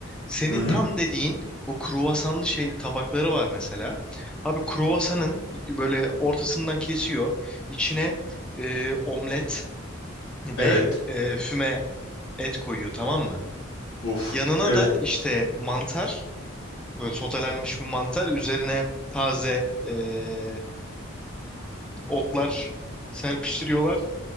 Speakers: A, in the centre; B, on the left (about 75°).
A: Senin
B: Hı hı.
A: tam dediğin o kruvasanlı şey tabakları var mesela. Abi kruvasanın böyle ortasından kesiyor. İçine e, omlet ve
B: Evet.
A: e, füme et koyuyor tamam mı?
B: Of.
A: Yanına
B: Evet.
A: da işte mantar, böyle sotelenmiş bir mantar. Üzerine taze e, otlar serpiştiriyorlar.